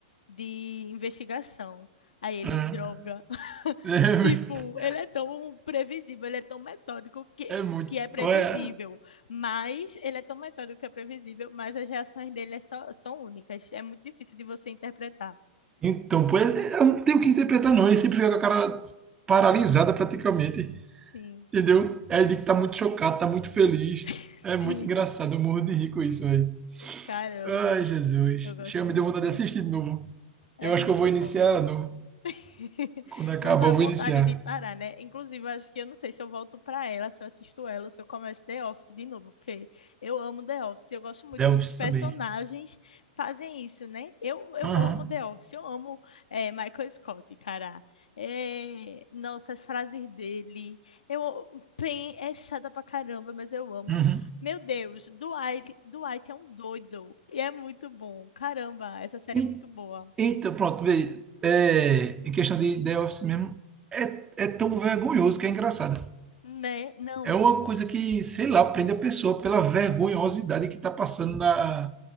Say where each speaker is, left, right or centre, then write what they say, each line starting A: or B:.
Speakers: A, on the left; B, on the right.
A: de investigação. Aí ele,
B: uhum.
A: droga. <laughs>
B: É,
A: Tipo, ele é tão previsível, ele é tão metódico que,
B: é muito.
A: que é previsível.
B: ué.
A: Mas ele é tão metódico que é previsível, mas as reações dele é só- são únicas. É muito difícil de você interpretar.
B: Então, pois, é, eu não tenho o que interpretar, não. Ele sempre fica com a cara paralisada, praticamente.
A: Sim,
B: Entendeu? Aí ele diz que tá muito chocado, tá muito feliz.
A: <laughs>
B: É muito
A: sim.
B: engraçado, eu morro de rir com isso, velho.
A: Caramba,
B: Ai, Jesus.
A: eu gosto
B: Chega, me
A: muito.
B: deu vontade de assistir de novo.
A: É
B: Eu
A: muito
B: acho que eu vou iniciar
A: bom.
B: ela de novo.
A: <laughs>
B: Quando acabar,
A: Não dá
B: eu
A: vontade
B: vou iniciar.
A: de parar, né? Inclusive, eu acho que eu não sei se eu volto para ela, se eu assisto ela, ou se eu começo The Office de novo, porque eu amo The Office. Eu gosto muito
B: Delves
A: quando os personagens
B: também.
A: fazem isso, né? Eu, eu
B: Aham.
A: amo The Office, eu amo é, Michael Scott, cara. É, nossa, as frases dele. Eu, pen é chata pra caramba, mas eu amo.
B: Uhum.
A: Meu Deus, Dwight, Dwight é um doido. E é muito bom. Caramba, essa série é muito
B: E-
A: boa.
B: Eita, pronto, vê. É, em questão de The Office mesmo, é, é tão vergonhoso que é engraçado.
A: Né? Não,
B: É uma coisa que, sei lá, prende a pessoa pela vergonhosidade que tá passando na,